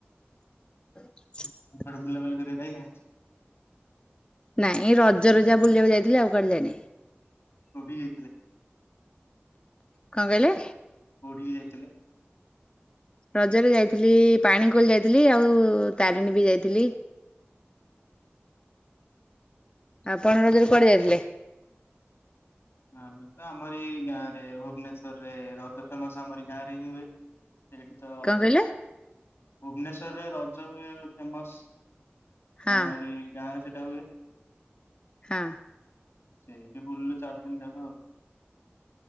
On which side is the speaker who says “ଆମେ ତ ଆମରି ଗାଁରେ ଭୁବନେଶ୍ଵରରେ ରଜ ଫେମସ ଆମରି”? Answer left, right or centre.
Left